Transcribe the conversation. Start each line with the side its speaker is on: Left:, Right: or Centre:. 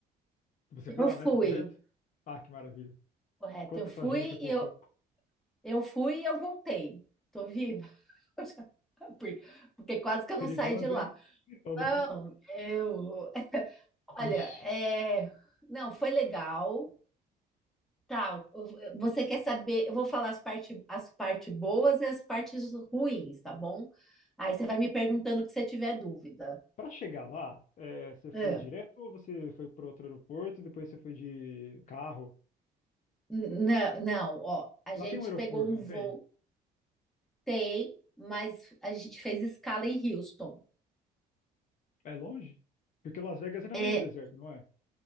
Left: Você
Centre: Eu
Left: foi lá,
Centre: fui,
Left: né? Tô correto? Ah, que maravilha.
Centre: correto.
Left: Conta
Centre: Eu fui
Left: pra gente um pouco.
Centre: e eu, eu fui e eu voltei. Tô viva. <laughs> Porque, porque quase que eu não
Left: Perigoso,
Centre: saí de lá.
Left: hein? <laughs> Ô, louco.
Centre: Não, eu, olha,
Left: Ixi.
Centre: é, não, foi legal. Tal. Eu- Você quer saber? Eu vou falar as partes as parte boas e as partes ruins, tá bom? Aí você vai me perguntando que você tiver dúvida.
Left: Para chegar lá, é, você foi
Centre: É.
Left: direto ou você foi para outro aeroporto e depois você foi de carro?
Centre: N- Não, não, ó, a gente
Left: Lá tem um aeroporto,
Centre: pegou um
Left: não
Centre: voo,
Left: tem?
Centre: tem, mas a gente fez escala em Houston.
Left: É longe? Porque Las Vegas é no
Centre: É,
Left: meio do deserto, não é?